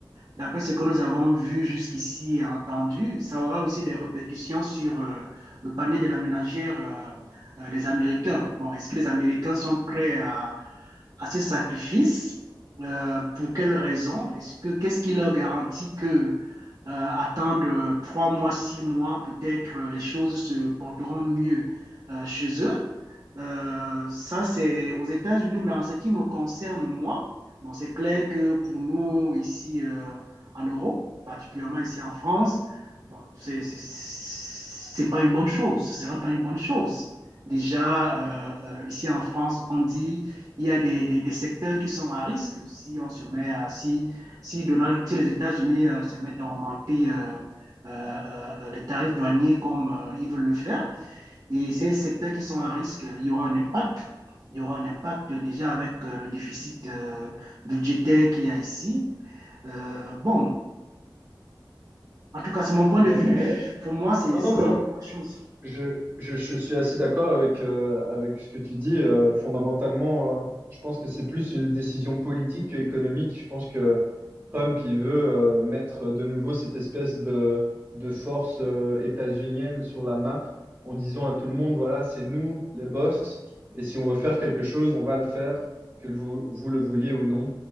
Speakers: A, on the right; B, on the right.
A: d'après ce que nous avons vu jusqu'ici et entendu, ça aura aussi des répercussions sur euh, le panier de la ménagère euh, euh, des Américains. Bon, est-ce que les Américains sont prêts à, à ce sacrifice. Euh, pour quelles raisons Est-ce que qu'est-ce qui leur garantit que euh, attendre trois mois, six mois, peut-être euh, les choses se porteront mieux euh, chez eux. Euh, ça, c'est aux États-Unis, mais en ce qui me concerne, moi, bon, c'est clair que pour nous, ici euh, en Europe, particulièrement ici en France, bon, c'est, c'est, c'est pas une bonne chose, ce sera pas une bonne chose. Déjà, euh, euh, ici en France, on dit il y a des, des, des secteurs qui sont à risque si on se met à, si, si, Donald, si les États-Unis euh, se mettent à augmenter euh, euh, euh, les tarifs douaniers comme euh, ils veulent le faire. Et ces secteurs qui sont à risque, il y aura un impact. Il y aura un impact déjà avec euh, le déficit euh, budgétaire qu'il y a ici. Euh, bon, en tout cas, c'est mon point
B: Ouais.
A: de vue. Pour moi, c'est
B: Non,
A: une
B: non, mais
A: bonne chose.
B: Je, je, je suis assez d'accord avec, euh, avec ce que tu dis. Euh, fondamentalement, euh, je pense que c'est plus une décision politique qu'économique. Je pense que Trump, il veut euh, mettre de nouveau cette espèce de, de force euh, états-unienne sur la map en disant à tout le monde, voilà, c'est nous les boss, et si on veut faire quelque chose, on va le faire, que vous, vous le vouliez ou non.